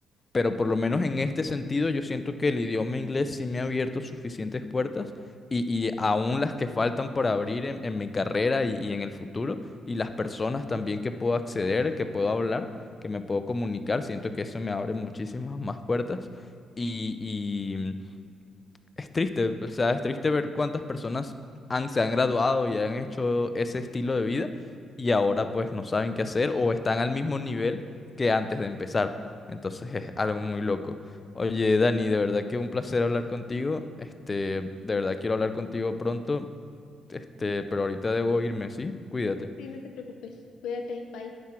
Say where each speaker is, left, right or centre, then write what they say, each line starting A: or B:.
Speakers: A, on the left; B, on the left.
A: pero por lo menos en este sentido yo siento que el idioma inglés sí me ha abierto suficientes puertas y, y aún las que faltan por abrir en, en mi carrera y, y en el futuro y las personas también que puedo acceder, que puedo hablar, que me puedo comunicar, siento que eso me abre muchísimas más puertas y, es triste, o sea, es triste ver cuántas personas han, se han graduado y han hecho ese estilo de vida y ahora pues no saben qué hacer o están al mismo nivel que antes de empezar. Entonces es algo muy loco. Oye, Dani, de verdad que un placer hablar contigo. Este, de verdad quiero hablar contigo pronto. Este, pero ahorita debo irme, ¿sí? Cuídate.
B: sí, no te preocupes, cuídate, bye.